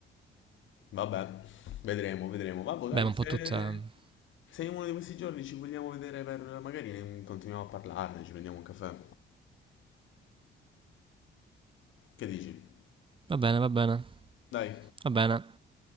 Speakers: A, on the left (about 75°); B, on the right (about 25°).
A: Vabbè, vedremo, vedremo. Vabbè, dai,
B: Beh, ma un
A: se,
B: po' tutte... eh.
A: se in uno di questi giorni ci vogliamo vedere per... magari ne- continuiamo a parlarne, ci prendiamo un caffè. Che dici?
B: Va bene, va bene,
A: Dai,
B: va bene.